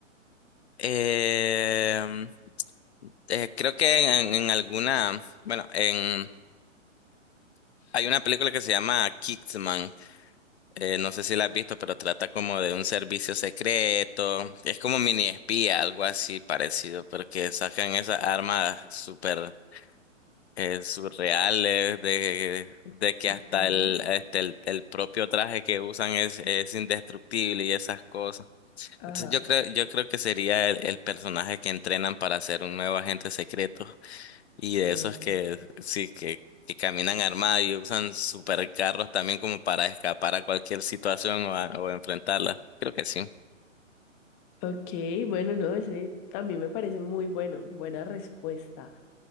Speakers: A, on the left (about 55°); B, on the left (about 25°).
A: Eh, Eh, creo que en, en alguna, bueno, en, hay una película que se llama Kingsman, eh, no sé si la has visto, pero trata como de un servicio secreto, es como mini espía, algo así parecido, porque sacan esas armas súper eh, surreales, de, de que
B: Ok,
A: hasta el, este, el, el propio traje que usan es, es indestructible y esas cosas.
B: Ajá.
A: Entonces yo creo, yo creo que sería el, el personaje que entrenan para ser un nuevo agente secreto. Y de
B: guau.
A: esos que sí, que, que caminan armados y usan supercarros también como para escapar a cualquier situación o, a- o enfrentarla. Creo que sí.
B: Ok, bueno, no, ese también me parece muy bueno, buena respuesta.